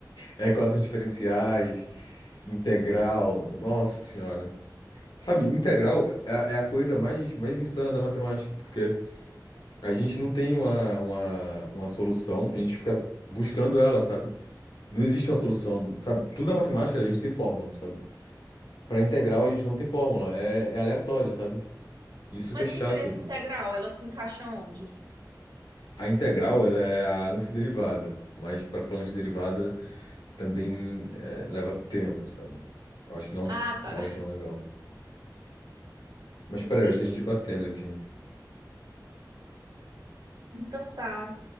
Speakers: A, on the left; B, on the right.
A: É equações diferenciais, integral, nossa senhora. Sabe, integral é é a coisa mais, mais insana da matemática, porque a gente não tem uma, uma, uma solução, a gente fica buscando ela, sabe? Não existe uma solução, sabe? Tudo é matemática a gente tem fórmula, sabe? Para integral a gente não tem fórmula, é, é aleatório, sabe? Isso
B: Mas
A: que é chato.
B: o que seria essa integral? Ela se encaixa onde?
A: A integral, ela é a antiderivada, mas para falar antiderivada também é, leva tempo, sabe? Eu acho que não
B: Ah, tá.
A: é algo tão legal. Mas
B: Entendi.
A: peraí, eu acho que tem gente batendo aqui.
B: Então tá.